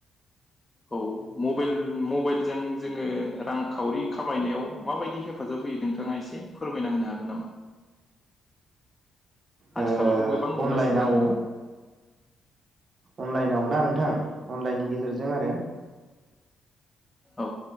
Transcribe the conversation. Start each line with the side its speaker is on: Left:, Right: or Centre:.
Left: औ मबल मबाइलजों जोङो रांखावरि खामायनायाव माबायदि हेफाजाब होयो नोंथाङा एसे फोरमायना होनो हागोन नामा
Right: ओ
Left: आथिखालावथ' गोबां नुगासिनो
Right: अनलाइनाव
Left: आरोोना
Right: अनलाइनाव ना नोंथां अनलाइननि गेजेरजों आरो
Left: औ